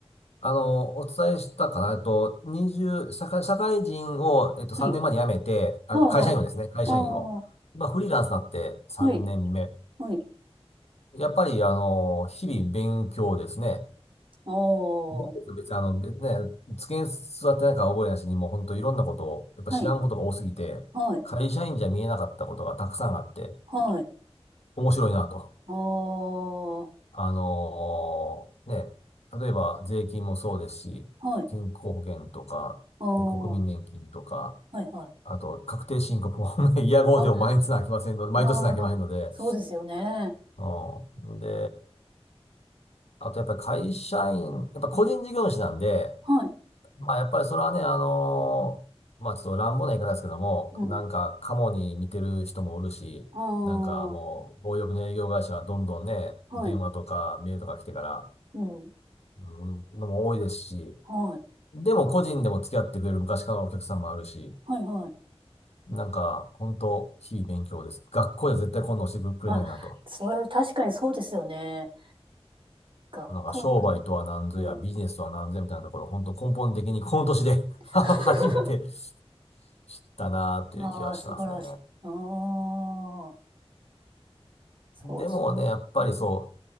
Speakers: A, on the left; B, on the right.
A: あの、お伝えしたかな、えっと、20、社会、社会人を、えっと、3年前に辞めて、
B: はい。
A: あ、
B: はあ、
A: 会社員をですね、
B: は
A: 会社員を。
B: あ。ああ、
A: まあフリーランスになって3年目。
B: はい。はい。
A: やっぱり、あの、日々勉強ですね。
B: ああ、
A: 別に、
B: は
A: 別にあの、別ね、机に座ってないから覚えないしに、もう本当いろんなことを、やっぱ知らんことが多すぎて、
B: い。はい。
A: 会社員じゃ見えなかったことがたくさんあって、
B: はい。
A: 面白いなと。
B: ああ、は
A: あのーね、例えば税金もそうですし、
B: い。
A: 健康保険とか、
B: ああ、
A: ね国民年金とか、
B: はい。はい。
A: あと確定申告も <laughs> ね、イヤゴーでも毎日なきませんので、
B: あ、ああ、
A: 毎年なきませんので、
B: そうですよね。
A: うん。で、あとやっぱり会社員、やっぱ個人事業主なんで、
B: はい。
A: まあ、やっぱりそれはね、あのーまあ、ちょっと乱暴な言い方ですけども、
B: うん。
A: なんか、カモに似てる人もおるし、
B: あ
A: なんかもう、
B: あ、
A: 暴力の営業会社はどんどんね、
B: はい。
A: 電話とかメールとか来てから、
B: うん。
A: うん、のも多いですし、
B: はい。
A: でも個人でも付き合ってくれる昔からのお客さんもあるし、
B: はい。はい。
A: なんか、本当日々勉強です。学校では絶対こんなのしてくれないなと。
B: あ、それは確かにそうですよね。学校はね。
A: なんか、商売とは何ぞや、
B: うん。
A: ビジネスとは何ぞやみたいなところ、本当根本的にこの年で
B: <laughs>
A: <laughs> 初めて知ったなーっていう気がしますね。
B: ああ、素晴らしい。ああ、そうですねうん、
A: でもね、やっぱりそう、
B: ね。